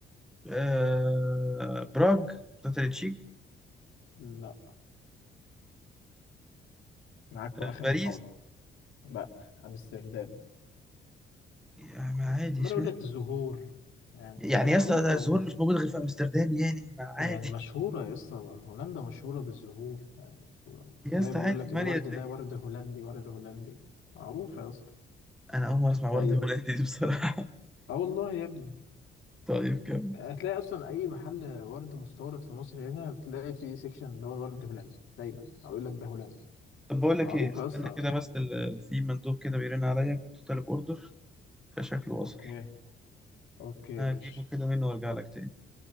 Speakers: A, in the centre; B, on the left (about 80°).
A: آه... براغ بتاعت التشيك
B: لا معاك بقى
A: آه...
B: آخر
A: باريس
B: محاولة لا أمستردام
A: يعني عادي
B: عمال
A: اشمعنى
B: أقول لك الزهور يعني
A: يعني
B: الزهور
A: يا
B: معروفة
A: اسطى ده الزهور مش موجود غير في امستردام يعني ما عادي
B: يعني مشهورة يا اسطى هولندا مشهورة بالزهور يعني مشهورة.
A: <laughs> يا
B: دايما
A: اسطى عادي
B: يقول لك
A: ماليه
B: الورد
A: الدنيا
B: ده ورد هولندي ورد هولندي معروفة يا اسطى
A: انا اول مره اسمع ورده
B: طيب
A: هولندي دي بصراحه
B: اه والله يا ابني
A: <laughs> طيب كمل
B: هتلاقي اصلا اي محل ورد مستورد في مصر هنا بتلاقي فيه سيكشن اللي هو الورد هولندي دايما او يقول لك ده هولندي
A: طب بقول لك
B: معروفة
A: ايه استنى
B: يا اسطى
A: كده بس ال- في مندوب كده بيرن عليا كنت طالب اوردر فشكله وصل
B: اوكي اوكي
A: هجيبه
B: ماشي
A: كده منه وارجع لك تاني